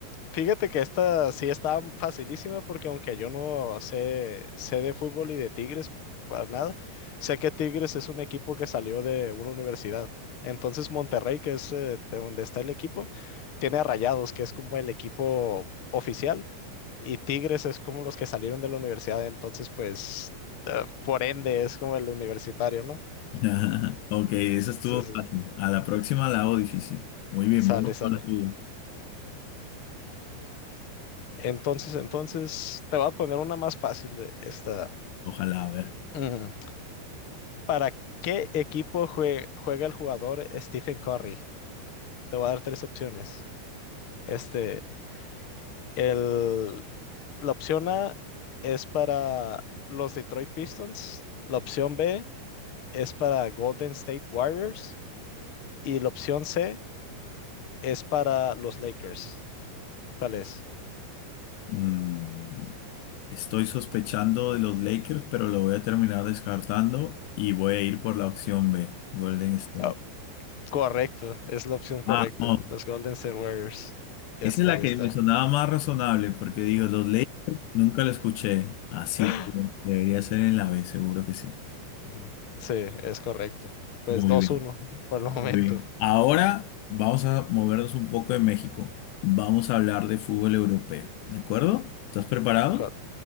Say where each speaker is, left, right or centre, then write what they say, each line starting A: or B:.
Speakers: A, on the left (about 50°); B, on the left (about 80°).
A: Fíjate que esta sí está facilísima porque aunque yo no sé, sé de fútbol y de Tigres para nada, sé que Tigres es un equipo que salió de una universidad. Entonces Monterrey, que es eh, de donde está el equipo, tiene a Rayados, que es como el equipo oficial, y Tigres es como los que salieron de la universidad. Entonces, pues, eh, por ende, es como el universitario, ¿no?
B: <laughs> Ok, eso estuvo
A: Sí, sí,
B: fácil.
A: sí.
B: A la próxima la hago difícil. Muy bien,
A: sale,
B: vamos
A: sale.
B: con la tuya.
A: Entonces, entonces, te voy a poner una más fácil, eh, esta.
B: Ojalá, a ver.
A: Ujú. ¿Para qué equipo jue- juega el jugador Stephen Curry? Te voy a dar tres opciones. Este, el, la opción A es para los Detroit Pistons, la opción B es para Golden State Warriors y la opción C es para los Lakers. ¿Cuál es?
B: Mm, estoy sospechando de los Lakers, pero lo voy a terminar descartando y voy a ir por la opción B, Golden State.
A: Oh, correcto, es la opción correcta,
B: Ah, no.
A: los Golden State Warriors. Ya
B: Esa
A: está,
B: es la
A: ya
B: que
A: está.
B: me sonaba más razonable porque digo, los Lakers nunca lo escuché. Así
A: <laughs>
B: que debería ser en la B, seguro que sí.
A: Ujú, Sí, es correcto. Pues
B: Muy
A: dos
B: bien.
A: uno por el momento.
B: Muy bien. Ahora vamos a movernos un poco de México. Vamos a hablar de fútbol europeo, ¿de acuerdo? ¿Estás preparado?
A: Cor-